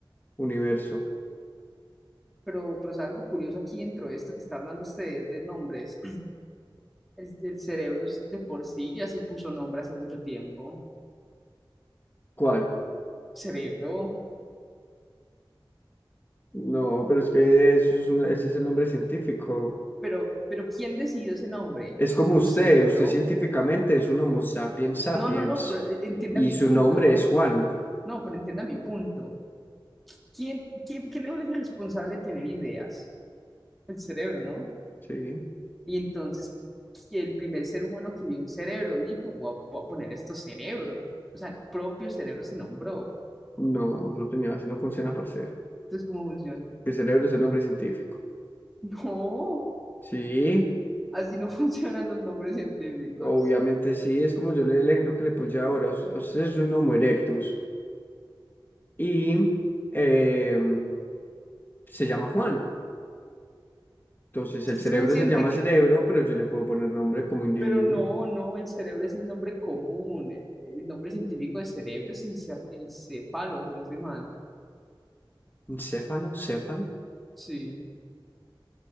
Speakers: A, on the left; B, in the centre.
A: universo.
B: Pero, pero es algo curioso aquí dentro de esto que está hablando usted de nombres. El, el cerebro es de por sí ya se puso nombre hace mucho tiempo.
A: ¿Cuál?
B: Cerebro.
A: No, pero es que eso es un- ese es el nombre científico.
B: Pero, pero ¿quién decidió ese nombre?
A: Es como
B: ¿Un
A: usted,
B: cerebro?
A: usted científicamente es un Homo sapiens sapiens
B: No, no, no, pero eh, entienda
A: y
B: mi
A: su
B: punto,
A: nombre
B: no.
A: es Juan.
B: No, pero entienda mi punto. ¿Quién, quién, qué le es responsable de tener ideas? El cerebro, ¿no?
A: Sí,
B: Y entonces que el primer ser humano que vio un cerebro dijo, voy a, voy a poner esto cerebro. O sea, el propio cerebro se nombró.
A: no, no señor, así no funciona, parcero.
B: Entonces, ¿cómo funciona? <laughs>
A: El cerebro es el nombre científico.
B: No,
A: Sí,
B: así no <laughs> funcionan los nombres científicos.
A: obviamente sí, es como yo le el ejemplo que le puse ahora. us- Usted es un Homo erectus. y eh, se llama Juan. Entonces
B: Usted
A: el cerebro
B: es consciente
A: se llama
B: que,
A: cerebro, pero yo le puedo poner nombre como individuo.
B: pero no, no, el cerebro es el nombre común. eh, El nombre científico de cerebro es encef- encéfalo, si no estoy mal.
A: ¿Encéfalo? ¿Céfalo?
B: Sí,